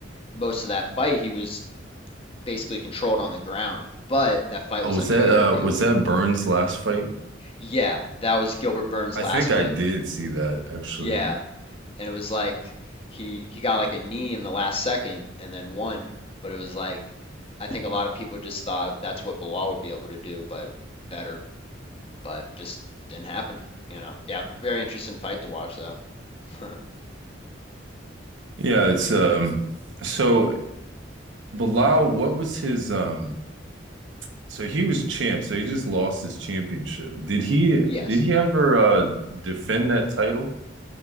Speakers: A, on the left (about 30°); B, on the right (about 75°).
A: most of that fight he was basically controlled on the ground. But that fight
B: Oh,
A: was
B: was
A: like
B: that
A: a year
B: uh
A: ago.
B: was that Burns' last fight?
A: Yeah, that was Gilbert Burns'
B: I
A: last
B: think I
A: fight.
B: did see that actually.
A: Yeah, and it was like he he got like a knee in the last second and then won, but it was like I think a lot of people just thought that's what Bilal would be able to do, but better, but just didn't happen, you know. Yeah, very interesting fight to watch though. <laughs>
B: Yeah, it's um so Bilal, what was his um so he was champ, so he just lost his championship. Did he
A: Yes.
B: did he ever uh defend that title?